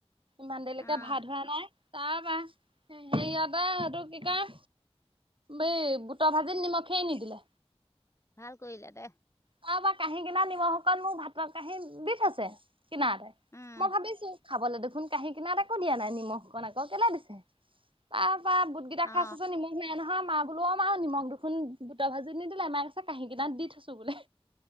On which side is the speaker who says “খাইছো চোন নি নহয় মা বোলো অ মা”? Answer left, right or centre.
Right